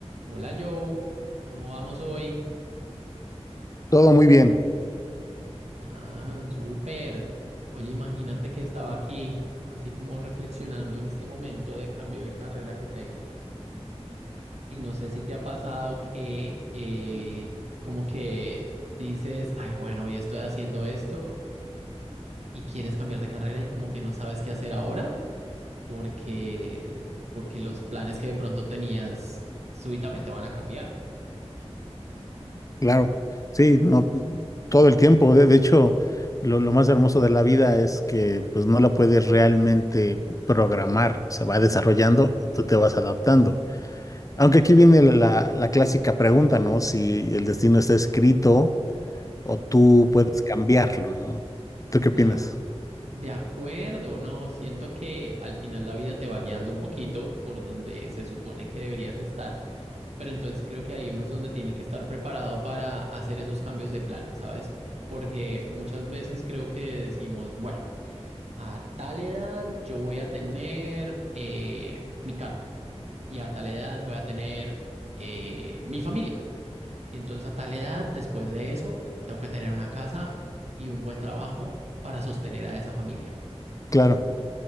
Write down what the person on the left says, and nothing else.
Todo muy bien,
claro. Sí, no, todo el tiempo. De, de hecho, lo, lo más hermoso de la vida es que pues no la puedes realmente programar. Se va
desarrollando, tú te vas adaptando. Aunque aquí viene la, la- clásica pregunta, ¿no? Si el destino está escrito o tú puedes cambiarlo, ¿no? ¿Tú
qué opinas?
Claro,